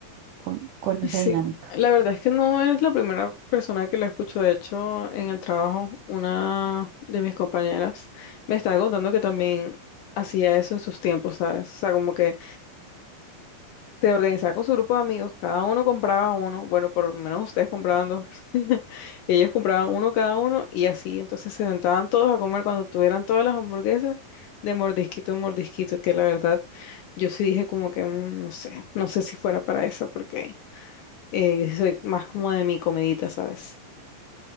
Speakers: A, on the right; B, on the left.
A: con, con
B: Sí,
A: esa dinámica.
B: la verdad es que no eres la primera persona que la escucho. De hecho, en el trabajo, una de mis compañeras me estaba contando que también hacía eso en sus tiempos, ¿sabes? O sea, como que se organizaba con su grupo de amigos, cada uno compraba uno, bueno, por lo menos ustedes compraban dos, <laughs> y ellos compraban uno cada uno y así, entonces se sentaban todos a comer cuando tuvieran todas las hamburguesas de mordisquito en mordisquito, que la verdad yo sí dije como que mm, no sé, no sé si fuera para eso, porque... Eh, soy más como de mi comidita, ¿sabes?